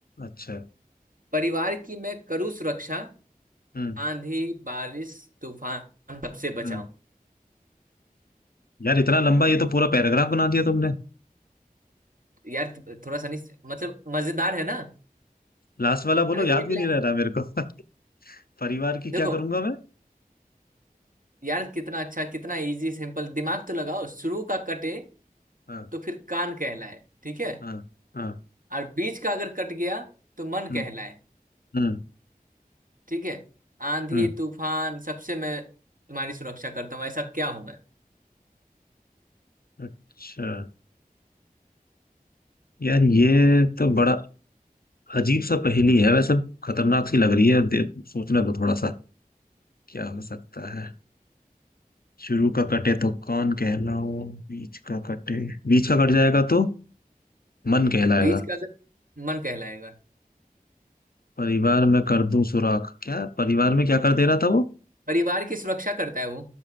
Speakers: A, on the left; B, on the right.
A: अच्छा
B: परिवार की मैं करूँ सुरक्षा
A: हम्म
B: आंधी बारिश तूफान सबसे बचाऊं
A: हम्म यार इतना लंबा ये तो पूरा पैराग्राफ बना दिया तुमने
B: यार थोड़ा सा नहीं मतलब मजेदार है ना
A: लास्ट वाला बोलो
B: अबे
A: याद
B: एक
A: भी नहीं
B: लाइन
A: रह रहा मेरे को <laughs> परिवार की
B: देखो
A: क्या करूंगा मैं
B: यार कितना अच्छा कितना इजी सिंपल दिमाग तो लगाओ शुरू का कटे
A: हाँ
B: तो फिर कान कहलाए ठीक है
A: हाँ हाँ
B: और बीच का अगर कट गया तो मन
A: हम्म
B: कहलाए
A: हम्म
B: ठीक है आंधी
A: हम्म
B: तूफान सबसे मैं तुम्हारी सुरक्षा करता हूँ ऐसा क्या हूं मैं
A: अच्छा यार ये तो बड़ा अजीब सा पहेली है वैसे खतरनाक सी लग रही है दे- सोचने दो थोड़ा सा क्या हो सकता है शुरू का कटे तो कौन कहलाओ बीच का कटे बीच का कट जाएगा तो मन कहलाएगा
B: बीच का अगर मन कहलाएगा
A: परिवार में कर दूं सुराख क्या परिवार में क्या कर दे रहा था वो
B: परिवार की सुरक्षा करता है वो